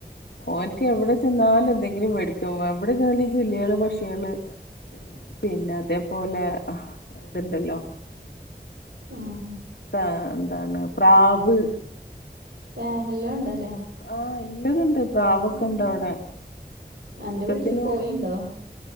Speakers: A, on the left; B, on the right.
A: ഓ എനക്ക് എവിടെ ചെന്നാലും എന്തെങ്കിലും മേടിക്കും എവിടെ ചെന്നാല ഈ കില്ലികള് പക്ഷികള് പിന്നെ അതേപോലെ ഇതുണ്ടല്ലോ
B: ആഹ്
A: ആഹ് എന്താണ് പ്രാവ്
B: ഏഹ് എല്ലാം ഉണ്ടല്ലേ
A: ആഹ് എല്ലതുണ്ട് പ്രാവൊക്കെ
B: ഉം
A: ഇണ്ട് അവിടെ ഒക്കത്തിന്
B: അന്റെ വീട്ടില് കോഴിണ്ടോ